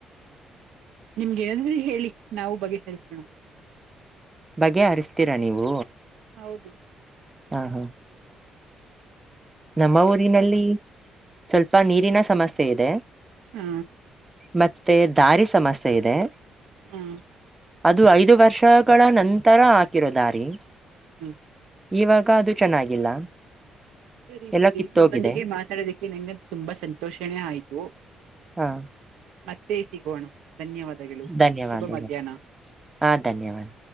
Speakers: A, on the right (about 85°); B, on the right (about 15°).
A: ನಿಮ್ಗೆ ಎದ್ರೂ ಹೇಳಿ ನಾವು ಬಗೆಹರಿಸೋಣ
B: ಬಗೆ ಹರಿಸ್ತರಾ ನೀವು
A: ಹೌದು
B: ಹಾ ಹಾ ನಮ್ಮ ಊರಿನಲ್ಲಿ ಸ್ವಲ್ಪ ನೀರಿನ ಸಮಸ್ಯೆ ಇದೆ
A: ಹ್ಮ
B: ಮತ್ತೆ ದಾರಿ ಸಮಸ್ಯೆ ಇದೆ
A: ಹೂ
B: ಅದು ಐದು ವರ್ಷಗಳ ನಂತರ ಹಾಕಿರೋ ದಾರಿ
A: ಹ್ಮ್.
B: ಈವಾಗ ಅದು ಚೆನ್ನಾಗಿಲ್ಲ.
A: ಸರಿ
B: ಎಲ್ಲ
A: ಸರಿ
B: ಕಿತ್ತೋಗಿದೆ
A: ನಿಮೊಂದಿಗೆ ಮಾತಾಡದಿಕ್ಕೆ ನಂಗೆ ತುಂಬಾ ಸಂತೋಷನೇ ಆಯ್ತು.
B: ಹಾಂ.
A: ತ್ತೇ ಸಿಗೋಣ ಧನ್ಯವಾದಗಳು
B: ಧನ್ಯವಾದಗಳು
A: ಶುಭ ಮಧ್ಯಾಹ್ನ.
B: ಹಾಂ ಧನ್ಯವಾದ.